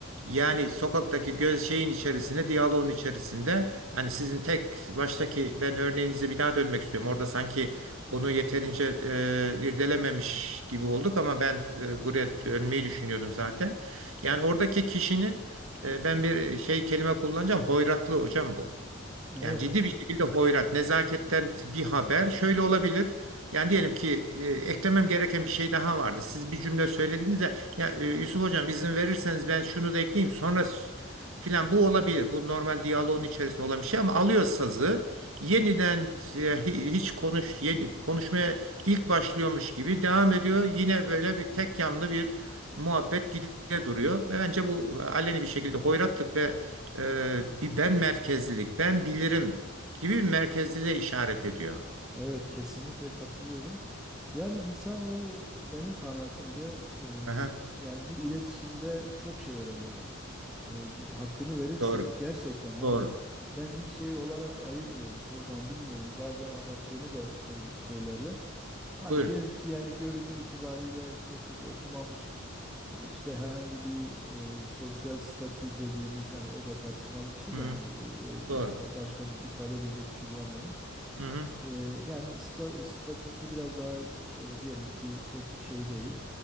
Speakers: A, on the right; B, in the centre.
A: Yani sokaktaki göz şeyin içerisinde, diyaloğun içerisinde hani sizin tek baştaki ben örneğinize bir daha dönmek istiyorum. Orada sanki onu yeterince e, irdelememiş gibi olduk ama ben e, buraya dönmeyi düşünüyordum zaten. Yani oradaki kişinin e, ben bir şey kelime kullanacağım. Hoyratlı hocam bu.
B: Evet,
A: Yani ciddi
B: aynen.
A: bir şekilde hoyrat, nezaketten bir haber şöyle olabilir. Yani diyelim ki e, eklemem gereken bir şey daha vardı. Siz bir cümle söylediğinizde ya e, Yusuf hocam izin verirseniz ben şunu da ekleyeyim sonra s- filan bu olabilir. Bu normal diyaloğun içerisinde olan bir şey ama alıyor sazı yeniden e, hi- hiç konuş yeni konuşmaya ilk başlıyormuş gibi devam ediyor. Yine böyle bir tek yanlı bir muhabbet gide duruyor. Ve Bence bu aleni bir şekilde hoyratlık ve e, bir ben merkezlilik, ben bilirim gibi bir merkezliliğe işaret ediyor.
B: Evet, kesinlikle katılıyorum. Yani insanoğlu benim kanaatimce e,
A: Aha,
B: yani bu iletişimde çok şey öğreniyor. e, hakkını verirse
A: doğru,
B: gerçekten hani
A: doğru.
B: ben hiç şey olarak ayırmıyorum çoğu zaman bilmiyorum bazen abarttığımı da söyl- söylerler. Hani
A: Buyurun.
B: diyelim ki yani görünür itibariyle işte çok okumamış e, işte herhangi bir e, sosyal statü dediğimiz hani o da tartışmalı bir şey
A: Hı,
B: de hani e, o
A: doğru.
B: ifa başka bir ifade edecek bir şey bulamadım.
A: Hı hı,
B: E, yani sta- statüsü biraz daha böyle diyelim ki çok şey değil